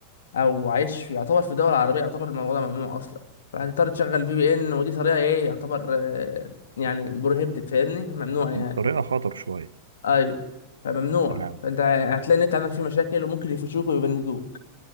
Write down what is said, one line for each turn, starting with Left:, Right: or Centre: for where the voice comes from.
Left: او عايش في يعتبر في دول عربيه يعتبر الموضوع ده ممنوع اصلا فهتضطر تشغل في بي ان ودي طريقه ايه يعتبر آه، يعني بروهيبتد فاهمني ممنوع يعني
Right: طريقة خطر شوية
Left: ايوه فممنوع
Right: تمام
Left: فانت هتلاقي النت عندك فيه مشاكل وممكن يفشوك ويبندوك